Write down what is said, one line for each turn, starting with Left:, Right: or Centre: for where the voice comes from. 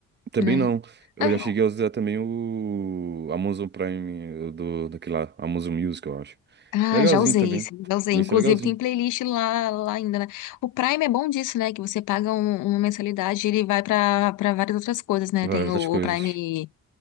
Right: Também
Left: né?
Right: não. Eu
Left: Ah,
Right: já cheguei a usar também o Amazon Prime o do, daquele lá, Amazon Music, eu acho.
Left: ah,
Right: Legalzinho
Left: já usei
Right: também.
Left: isso, já usei.
Right: Isso
Left: Inclusive
Right: é legalzinho.
Left: tem playlist lá, lá ainda, né? O Prime é bom disso, né? Que você paga um- uma mensalidade e ele vai pra para várias outras coisas, né?
Right: Várias
Left: Tem
Right: outras
Left: o,
Right: coisas.
Left: o Prime